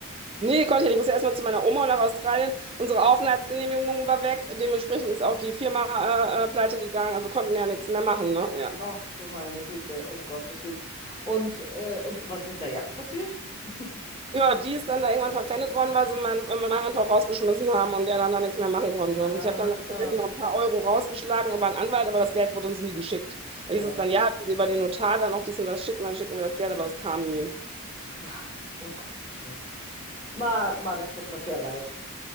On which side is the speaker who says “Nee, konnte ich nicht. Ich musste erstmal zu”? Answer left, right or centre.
Right